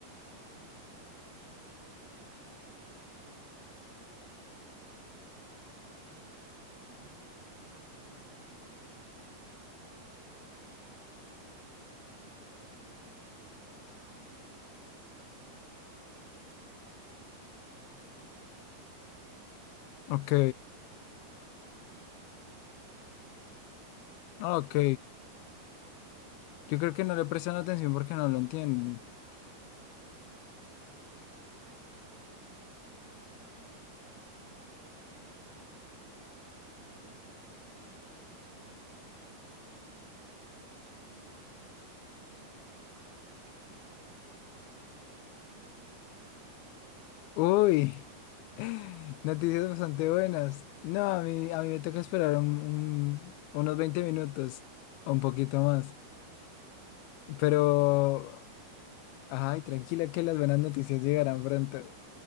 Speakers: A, on the right (about 80°); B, on the left (about 80°).
A: Y entonces, pues, pues, ajá, llegué tarde por eso, entonces, pues, a ver si me deja hacer la prueba. Y me dijo, sí, sí, no hay problema, no hay problema, no hay problema. Y ya, y la hice. Eh, los, nosotros cinco fuimos los únicos que la terminaron porque, o sea, era, era un poquito difícil.
B: Ok,
A: Es algo de justamente lo que te mencioné que se llamaban curvas elípticas
B: ok.
A: y,
B: Yo creo que no
A: y sí,
B: le prestan atención porque no lo entienden.
A: pero es que es, es álgebra básica, nada más como que le quito un poquito el nombre, pero no deja de ser álgebra básica, como completar un trinomio cuadrado, ver, uy, me, espera, perdón amigo, es que, perdón que te cambié el tema tan rápido, pero te tengo unas muy buenas noticias,
B: Uy,
A: no,
B: <laughs>
A: s-
B: noticias
A: no sé si
B: bastante
A: te llegaron
B: buenas.
A: a ti también.
B: No, a mí, a mí me toca esperar un- un- unos 20 minutos o un poquito más.
A: Ah,
B: Pero,
A: uy, qué mala suerte.
B: ay, tranquila que las buenas noticias llegarán pronto.